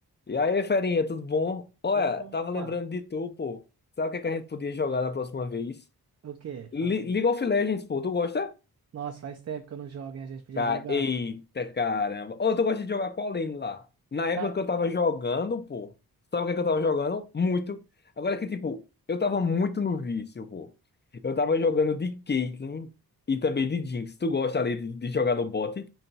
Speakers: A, on the left; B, on the right.
A: E aí, Ferinha, tudo bom? Olha,
B: Opa!
A: tava lembrando de tu, pô. Sabe o que é que a gente podia jogar da próxima vez?
B: O quê? Fala
A: Li-
B: comigo.
A: League of Legends, pô. Tu gosta?
B: Nossa, faz tempo que eu não jogo, hein? A gente podia
A: Ca-
B: jogar.
A: Eita, caramba. Ô, tu gosta de jogar qual lane lá? Na época
B: Ah,
A: que eu tava jogando, pô. Sabe o que é que eu tava jogando? Muito. Agora que, tipo, eu tava muito no vício, pô. Eu tava jogando de Caitlyn e também de Jinx. Tu gosta ali de, de jogar no bot?